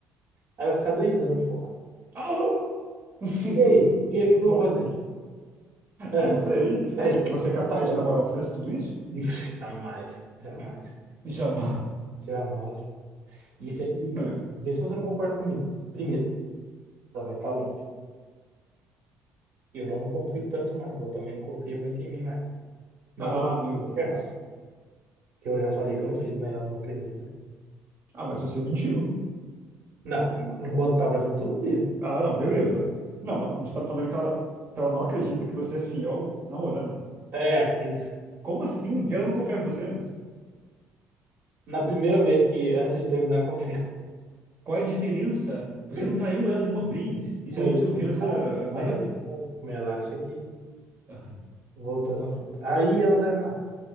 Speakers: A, on the right; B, on the right.
A: aí vai ficar dois anos fora.
B: Alô! <laughs>
A: E aí? E aí, o que
B: Nossa.
A: que eu vou fazer? É,
B: Não sei.
A: é então,
B: Você é capaz
A: já sabe.
B: de namorar à distância, tudo isso?
A: <laughs> Jamais, jamais,
B: Jamais.
A: jamais. Isso é, e
B: É.
A: vê se você não concorda comigo. Primeiro, ela vai estar longe. Eu já não confio tanto mais. Ela também não confia muito em mim mais. Não
B: Ah,
A: que eu
B: meu
A: esteja
B: Deus.
A: errado. Eu já falei que eu não fiz, mas ela não acredita, né?
B: Ah, mas você mentiu.
A: Não, enquanto tava junto, eu não fiz.
B: Ah, não, beleza. Não, ela- você tá me falando que ela, que ela não acredita que você é fiel namorando.
A: É, isso.
B: Como assim? E ela não confiava em você antes?
A: Na primeira vez que, antes de terminar, confia.
B: Qual é a diferença? Você
A: <laughs>
B: não traiu ela nenhuma vez. Isso
A: Mas
B: é uma desconfiança,
A: ela não sabe.
B: eh, nada
A: Mas ela,
B: a ver.
A: mas ela acha que.
B: Ah,
A: Voltando ao assunto. Aí ela vai pra lá.